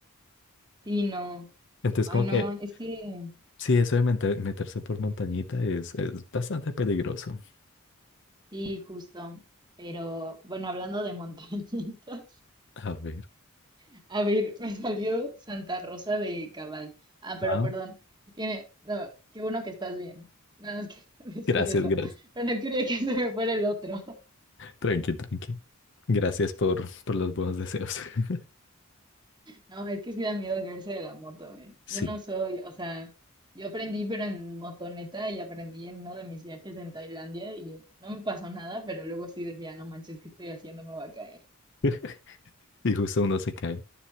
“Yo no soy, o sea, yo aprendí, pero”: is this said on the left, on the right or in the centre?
Right